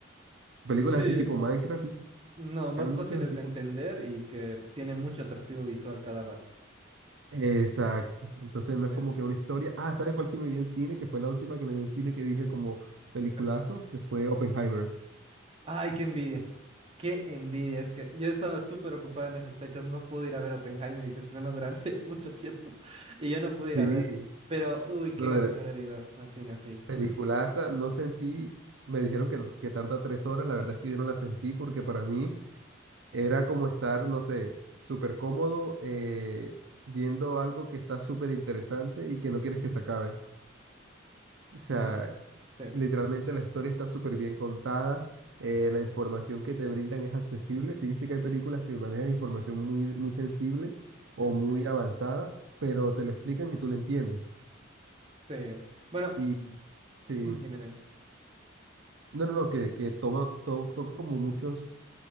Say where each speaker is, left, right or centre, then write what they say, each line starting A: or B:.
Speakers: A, on the right; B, on the right.
A: Películas
B: Sí,
A: así tipo Minecraft, y
B: No, más
A: hay muchas
B: fáciles
A: así
B: de
A: como...
B: entender y que tiene mucho atractivo visual cada rato.
A: Exacto, entonces
B: Sí, sí.
A: no es como que una historia. Ah, ¿sabes cuál sí me vi en cine? Que fue la última que me vi en cine que dije como peliculazo,
B: Ok.
A: que fue Oppenheimer.
B: Ay, qué envidia. Qué envidia. Es que yo estaba súper ocupada en esas fechas. No pude ir a ver Oppenheimer y se estrenó durante <laughs> mucho tiempo. Y yo no pude ir
A: Sí,
B: a ver. Pero, uy, qué
A: brother,
B: ganas de haber ido al cine así.
A: peliculaza,
B: Uy.
A: no sentí, me dijeron que, que tarda tres horas, la verdad es que yo no la sentí porque para mí... Era como estar, no sé, súper cómodo eh, viendo algo que está súper interesante y que no quieres que se acabe. O sea,
B: Mm, sí,
A: literalmente la historia está súper bien contada, eh, la información que te brindan es accesible. Si viste que hay películas que manejan información muy, muy sensible
B: sí,
A: o
B: sí,
A: muy
B: sí.
A: avanzada, pero te la explican y tú la entiendes.
B: Sí. Bueno,
A: Y
B: eh,
A: sí,
B: dime, dime.
A: no, no, no, que, que toma, to- toca como muchos